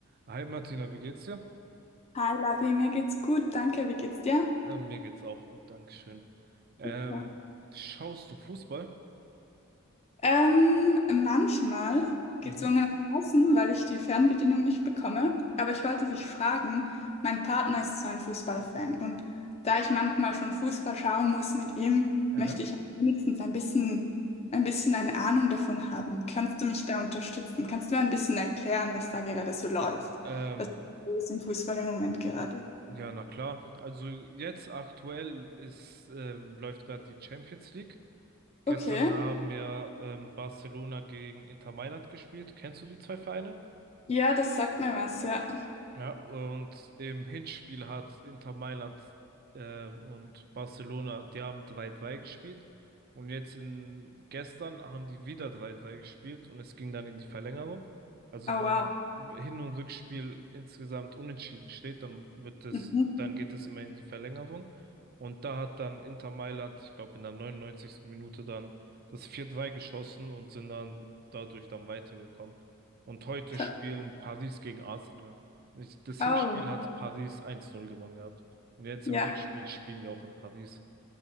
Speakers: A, on the right; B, on the left.
A: Hi Martina, wie geht's dir?
B: Hi Lavi, mir geht's gut, danke. Wie geht's dir?
A: Ähm, mir geht's auch gut, Dankeschön. Ähm,
B: Super.
A: schaust du Fußball?
B: Ähm, manchmal gezwungenermaßen,
A: Mhm.
B: weil ich die Fernbedienung nicht bekomme. Aber ich wollte dich fragen, mein Partner ist so ein Fußballfan und da ich manchmal schon Fußball schauen muss mit ihm,
A: Aha.
B: möchte ich wenigstens ein bisschen, ein bisschen eine Ahnung davon haben. Kannst du mich da unterstützen? Kannst du mir ein bisschen erklären, was da gerade so läuft?
A: Ähm,
B: Was ist im Fußball im Moment gerade?
A: ja, na klar. Also jetzt aktuell ist ähm, läuft gerade die Champions League. Gestern
B: Okay.
A: haben ja ähm, Barcelona gegen Inter Mailand gespielt. Kennst du die zwei Vereine?
B: Ja, das sagt mir was, ja.
A: Ja, und im Hinspiel hat Inter Mailand ähm, und Barcelona, die haben drei 3 gespielt. Und jetzt in gestern haben die wieder drei 3 gespielt und es ging dann in die Verlängerung. Also
B: Oh
A: wenn
B: wow.
A: Hin- und Rückspiel insgesamt unentschieden steht, dann wird es,
B: Mhm.
A: dann geht es immer in die Verlängerung. Und da hat dann Inter Mailand, ich glaube, in der neunundneunzigsten Minute dann das vier 3 geschossen und sind dann dadurch dann weitergekommen. Und heute
B: Ka-
A: spielen Paris gegen Arsenal. Ich, das
B: Oh,
A: Hinspiel hat Paris 1-0 gewonnen gehabt. Und jetzt
B: ja,
A: im Rückspiel spielen die auch in Paris.